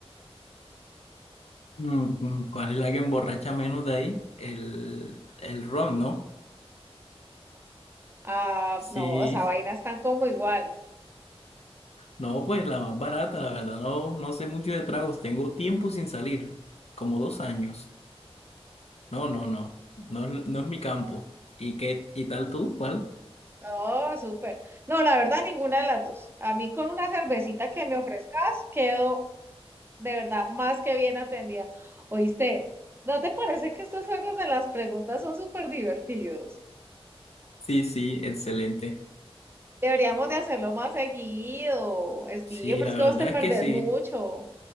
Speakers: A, on the left; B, on the right.
A: Mm, mm, ¿Cuál es la que emborracha menos de ahí? El, el ron, ¿no?
B: Ah,
A: Sí.
B: no, esa vaina están como igual.
A: No, pues la más barata, la verdad, no, no sé mucho de tragos, tengo tiempo sin salir, como dos años. No, no, no, no, es- no es mi campo. ¿Y qué, y tal tú? ¿Cuál?
B: Oh, súper. No, la verdad, ninguna de las dos. A mí con una cervecita que me ofrezcas, quedo de verdad más que bien atendida. Oíste, ¿no te parece que estos juegos de las preguntas son súper divertidos?
A: Sí, sí, excelente.
B: Deberíamos de hacerlo más seguido, Steve,
A: Sí,
B: pero
A: la
B: es
A: verdad
B: que vos te perdés
A: es que sí.
B: mucho.